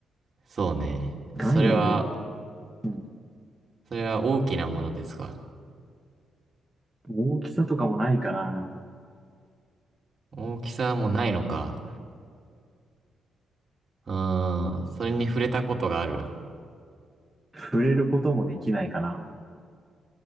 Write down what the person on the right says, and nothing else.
そうね。
それは、
それは大きなものですか。
大きさもないのか。うーん、それに触れたことがある。